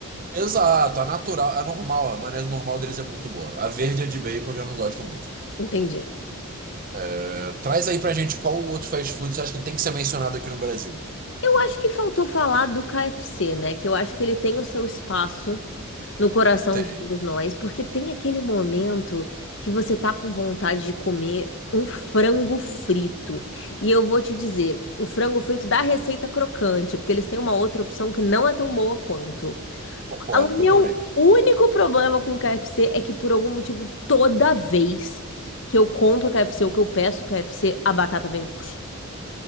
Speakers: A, on the right; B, on the left.
A: Exato, a natural, a normal, a maionese normal deles é muito boa. A verde é de bacon, eu já não gosto muito.
B: Entendi.
A: É, traz aí pra gente qual outro fast food você acha que tem que ser mencionado aqui no Brasil.
B: Eu acho que faltou falar do KFC, né? Que eu acho que ele tem o seu espaço no coração
A: Tem,
B: de todos nós, porque tem aquele momento que você tá com vontade de comer um frango frito. E eu vou te dizer, o frango frito da receita crocante, porque eles têm uma outra opção que não é tão boa quanto.
A: concordo
B: O meu
A: totalmente.
B: único problema com o KFC é que por algum motivo toda vez que eu compro KFC ou que eu peço KFC, a batata vem murcha.